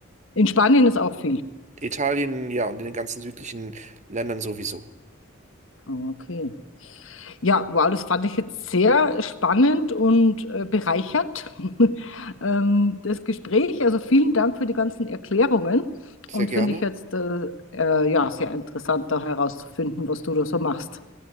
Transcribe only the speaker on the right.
Italien, ja, und in den ganzen südlichen Ländern sowieso.
Sehr
gerne.